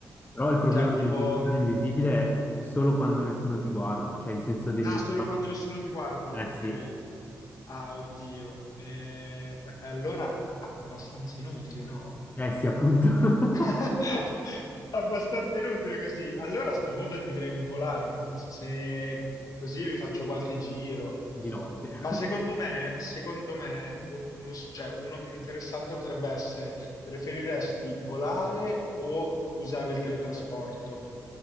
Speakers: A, on the left; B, on the left.
A: Però il problema
B: Cioè, tipo...
A: del diventare invisibile è solo quando nessuno ti guarda, cioè in senso devi...
B: Ah, solo quando nessuno ti guarda,
A: Eh
B: ok.
A: sì,
B: Ah, oddio. Eh, beh, allora ah, abbastanza inutile, no?
A: eh sì, appunto,
B: <laughs>
A: <laughs>
B: Abbastanza inutile così. Allora a sto punto ti direi un volare, nel senso se così mi faccio qualche giro.
A: di notte.
B: Ma secondo me, secondo me, un- uno, s- cioè, uno che interessante potrebbe essere, preferiresti volare o usare il teletrasporto?